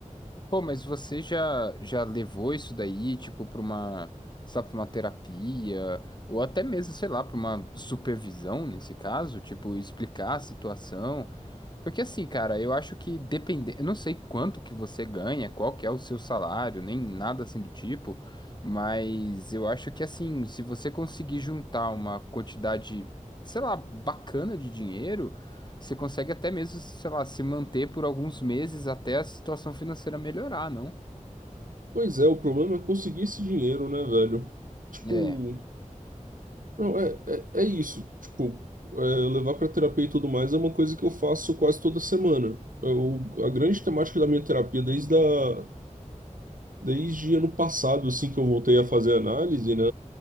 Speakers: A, on the left (about 35°); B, on the right (about 85°).
A: Pô, mas você já, já levou isso daí, tipo, pra uma, sabe, pra uma terapia, ou até mesmo, sei lá, pra uma supervisão, nesse caso, tipo, explicar a situação. Porque assim, cara, eu acho que depende, eu não sei quanto que você ganha, qual que é o seu salário, nem nada assim do tipo, mas eu acho que assim, se você conseguir juntar uma quantidade, sei lá, bacana de dinheiro, você consegue até mesmo, sei lá, se manter por alguns meses até a situação financeira melhorar, não?
B: Pois é, o problema é conseguir esse dinheiro, né, velho? Tipo,
A: É,
B: não, é, é, é isso. Tipo, é, levar pra terapia e tudo mais é uma coisa que eu faço quase toda semana. Eu, a grande temática da minha terapia desde, a, desde ano passado, assim, que eu voltei a fazer análise, né,